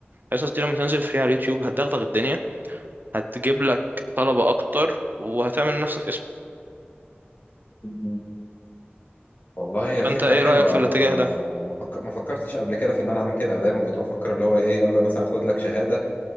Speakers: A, on the right; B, on the left.
A: الحصص دي لما تنزل فري على اليوتيوب هتدغدغ الدنيا هتجيب لك طلبة اكتر وهتعمل لنفسك اسم
B: مم. والله هي
A: فانت
B: فكره
A: ايه
B: حلوه
A: رأيك في
B: انا
A: الاتجاه
B: ما
A: ده
B: ما فك- ما فكرتش قبل كده في ان انا اعمل كده دايما كنت بفكر اللي هو ايه يلا مثلا خد لك شهاده